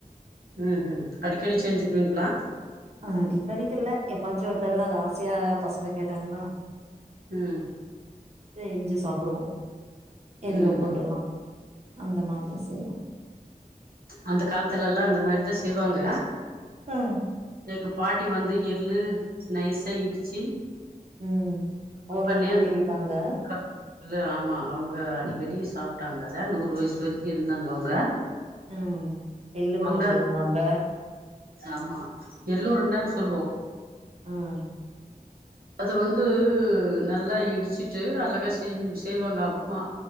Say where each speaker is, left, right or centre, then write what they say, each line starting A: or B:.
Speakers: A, on the right; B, on the right.
A: ம் ம் அடிக்கடி செஞ்சுக்குவிங்களா
B: அ அடிக்கடிக்கல்ல எப்பாச்சும் ஒரு தடவை அது ஆசையா பசங்க கேட்டாங்கன்னா
A: ம்
B: செஞ்சு சாப்டுவோ எல்லூ
A: ம்
B: போட்டல்லா
A: ம்
B: அந்த மாதிரி செய்வோ
A: அந்த காலத்துல எல்லா அந்த மாதிரிதான் செய்வாங்க
B: ம்
A: எங்க பாட்டி வந்து எள்ளு நைஸா இடிச்சு
B: ம்
A: ப்பண்ணே
B: ஒரல போட்டு
A: அ
B: இடிப்பாங்க
A: ஆமா அவங்க அடிக்கடி சாப்ட்டாங்க அதான் நூறு வயசு வரைக்கு இருந்தாங்க அவங்க
B: ம் எள்ளு
A: உருண்டான்
B: மாவுண்ணுவாங்க
A: ஆமா எல்லூர்ண்டான்னு சொல்வோ
B: ம் ம்
A: அது வந்து நல்லா இடிச்சுட்டு அழகா செஞ செய்வாங்க அம்மா